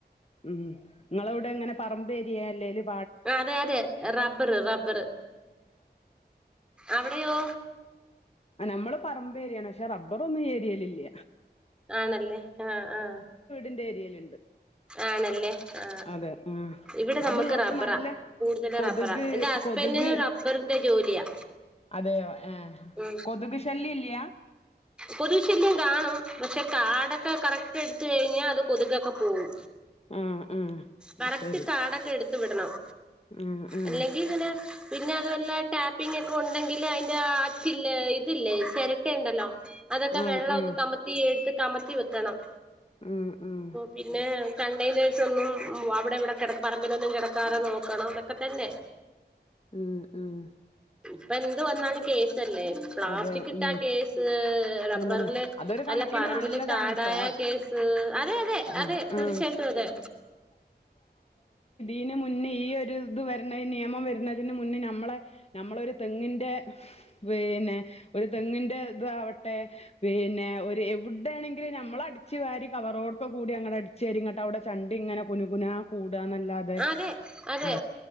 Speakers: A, on the left; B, in the centre.
A: ഉം നിങ്ങളവിടെ
B: ഉം
A: എങ്ങനെ പറമ്പ അല്ലേല്ലും
B: അതെ അതെ റബ്ബറ് റബ്ബറ് അവിടെയോ
A: നമ്മള് പറമ്പേരിയാണ് പക്ഷേ റബ്ബർ ഒന്നൂം ഈഏരിയില് ഇല്ല
B: ആണല്ലേ ആഹ് ആഹ്
A: ന്റെ ഏരിയലുണ്ട്
B: ആണല്ലേ ആ
A: അതെ ആഹ്
B: ഇവിടെ നമുക്ക്
A: അതുള്ളോടത്ത്
B: റബ്ബറാ
A: നല്ല
B: കൂടുതൽ
A: കൊതുക്
B: റബ്ബറാ എന്റെ ഹസ്ബൻഡിന്
A: കൊതുക്
B: റബ്ബറിന്റെ ജോലിയാ
A: അതെയോ ആഹ്
B: ഉ
A: കൊതുക് ശല്യല്ല
B: കൊതുക്ശല്യം കാണും പക്ഷെ കാടൊക്കെ കറക്റ്റ് എടുത്ത് കഴിഞ്ഞാൽ അത് കൊതുക് ക്കെപോകും
A: ആഹ് ആഹ്
B: കറക്റ്റ്
A: ശരി
B: കാട്ക്കെഎടുത്തു വിടണം
A: ആഹ് ആഹ്
B: അല്ലെങ്കിൽ ഇങ്ങനെ പിന്നെ അത് നല്ലതായി ടാപ്പിംഗ് ഒക്കെ ഉണ്ടെങ്കിൽ അതിന്റെ ആ ചില്ല് ഇതില്ലേ ചിരട്ട ഉണ്ടല്ലോ അതൊക്കെ
A: ആഹ്
B: വെള്ളമൊക്കെ
A: ആഹ്
B: കമ്മത്തി എടുത്ത് കമത്തി വെയ്ക്കണം
A: ആഹ് ആഹ്
B: പിന്നെ കണ്ടെയ്നേഴ്സ് ഒന്നും അവിടെ ഇവിടെ കിടക്കാതെ പറമ്പിലൊന്നും കിടക്കാറോ നോക്കണം അതൊക്കെ തന്നെ
A: ഉം ഉം
B: ഇപ്പ എന്ത് വന്നാലും കേശ ല്ലേ പ്ലാസ്റ്റിക്
A: അതെ
B: ഇട്ടാ
A: ഉം
B: കേസ് റബ്ബറില്
A: അതന്നെ അതൊരു
B: നല്ല
A: കണക്കിന്
B: പറമ്പില്
A: നല്ലതാണ്
B: കാടായ
A: ട്ടോ അത്
B: കേസ് അതെ അതെ
A: ആഹ്
B: അതെ തീർച്ചയായിട്ടും
A: ആഹ്
B: അതെ
A: ഇന് മുന്നേ ഈ ഒരു ഇത് വരുന്ന ഈ നിയമം വരുന്നതിന് മുന്നേ നമ്മളെ നമ്മള ഒരു തെങ്ങിൻ്ന്റെ- വേ പിന്നെ ഒരു തെങ്ങിൻന്റെ ഇത ആവട്ടെ- പിന്നെ ഒരു എവിടെയാണെങ്കിലും നമ്മൾ- അടിച്ചുവരി കവറോടക്കെ കൂടി അങ്ങ അടിച്ചുവാരി- അവിടെ ചണ്ടി ഇങ്ങനെ കുനുകുനാ കൂറ്റം എന്നല്ലാതെ
B: അതെ അതെ
A: ആ